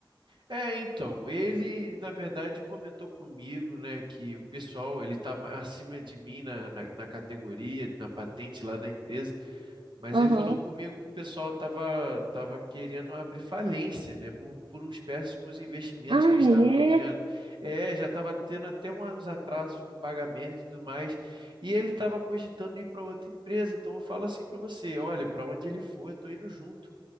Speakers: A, on the right; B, on the right.
A: É, então, ele, na verdade, comentou comigo, né, que o pessoal, ele tá ma- acima de mim na, na, na categoria, na patente lá da empresa. Mas
B: Aham.
A: ele falou comigo que o pessoal estava tava tava querendo abrir falência, né? Por, por uns péssimos investimentos
B: Ah,
A: que eles
B: é?
A: estavam tendo. É, já estava tendo até uns atrasos no pagamento e tudo mais. E ele estava cogitando ir para outra empresa. Então eu falo assim para você: olha, para onde ele for, eu estou indo junto,